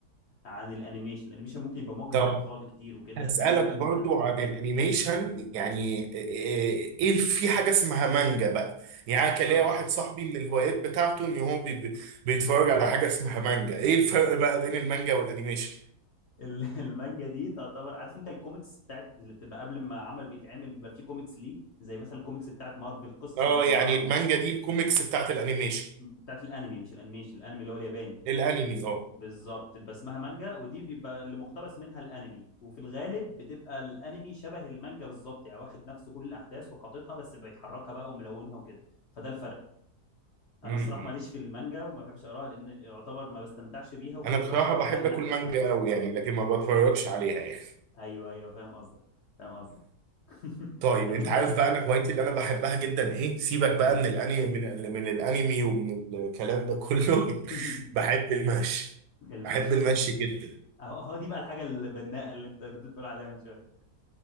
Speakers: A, on the left; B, on the right.
A: عن الانيميشن الانيميشن ممكن يبقى موجه
B: طب
A: للاطفال كتير وكده
B: هسألك
A: انما الانمي
B: برضو
A: مختلف
B: عن الانيميشن
A: م.
B: يعني ايه إيه- في حاجة اسمها مانجا بقى يعني أنا كان
A: اه
B: ليا واحد صاحبي من الهوايات بتاعته ان هو بي بي- بيتفرج على حاجة اسمها مانجا ايه الفرق بقى بين المانجا والانيميشن
A: ال- <laughs> المانجا دي تعتبر عارف انت الكوميكس بتاعت اللي بتبقى قبل ما عمل بيتعمل بيبقى فيه كوميكس ليه زي مثلا الكوميكس بتاعت مارفل القصص
B: اه
A: المصوره
B: يعني
A: عموما
B: المانجا دي الكوميكس بتاعت الانيميشن
A: بتاعت الانمي مش الانيميشن الانمي اللي هو الياباني
B: الانمي اه
A: بالظبط بتبقى اسمها مانجا ودي بيبقى اللي مقتبس منها الانمي وفي الغالب بتبقى الانمي شبه المانجا بالظبط يعني واخد نفس كل الاحداث وحاططها بس بيحركها بقى وملونها وكده فده الفرق
B: م-
A: انا
B: م.
A: الصراحه ماليش في المانجا وما بحبش اقراها لان يعتبر ما بستمتعش بيها وفي
B: انا
A: نفس
B: بصراحة
A: الوقت هحرق
B: بحب
A: الاحداث
B: اكل مانجا
A: على نفسي
B: قوي يعني لكن ما بتفرجش عليها يعني
A: ايوه ايوه فاهم قصدك فاهم قصدك <laughs>
B: طيب
A: طب
B: انت
A: انت
B: عارف
A: ليك
B: بقى انا هوايتي اللي انا بحبها جدا ايه سيبك
A: ايه
B: بقى
A: تاني
B: من الانمي من, ال- من الانمي ومن الكلام ده كله
A: <laughs>
B: <laughs> بحب المشي
A: المشي
B: بحب المشي
A: والله
B: جدا
A: اهو هو دي بقى الحاجه البناءه اللي انت كنت بتقول عليها من شويه